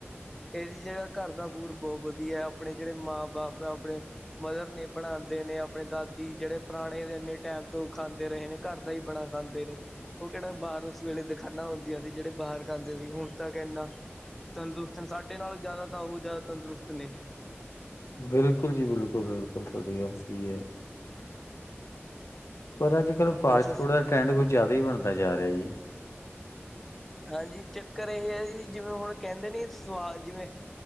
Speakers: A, in the centre; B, on the left.
A: ਇਹਦੀ ਜਗ੍ਹਾ ਘਰ ਦਾ ਫੂਡ ਬਹੁਤ ਵਧੀਆ ਆਪਣੇ ਜਿਹੜੇ ਮਾਂ-ਬਾਪ ਐ ਆਪਣੇ ਮਦਰ ਨਹੀਂ ਬਣਾਦੇ ਨੇ ਆਪਣੇ ਦਾਦੀ ਜਿਹੜੇ ਪੁਰਾਣੇ ਇੰਨੇ ਟਾਈਮ ਤੋਂ ਖਾਂਦੇ ਰਹੇ ਨੇ। ਘਰ ਦਾ ਹੀ ਬਣਾ ਖਾਂਦੇ ਨੇ। ਉਹ ਕਿਹੜਾ ਬਾਹਰ ਉਸ ਵੇਲੇ ਦਿਖਾਨਾ ਹੁੰਦੀਆਂ ਸੀ ਜਿਹੜੇ ਬਾਹਰ ਖਾਂਦੇ ਸੀ ਹੁਣ ਤਾਂ ਕਿ ਇੰਨਾ, ਤੰਦਰੁਸਤ- ਸਾਡੇ ਨਾਲੋ ਜਿਆਦਾ ਤਾਂ ਉਹ ਜਿਆਦਾ ਤੰਦਰੁਸਤ ਨੇ-
B: ਬਿਲਕੁਲ ਜੀ ਬਿਲਕੁਲ- ਬਿਲਕੁਲ ਤੁਹਾਡੀ ਗੱਲ ਸਹੀ ਹੈ। ਪਰ ਅਜ ਕਲ ਫਾਸਟ
A: ਉਸ
B: ਫੂਡ ਦਾ ਟਰੈਂਡ ਕੁਝ ਜਿਆਦਾ ਹੀ ਬਣਦਾ ਜਾ ਰਿਹਾ ਜੀ-
A: ਹਾਂਜੀ ਚੱਕਰ ਇਹ ਹੈ। ਜੀ ਜਿਵੇ ਹੁਣ ਕਹਿੰਦੇ ਨੀ ਸਵਾਦ ਜਿਵੇ-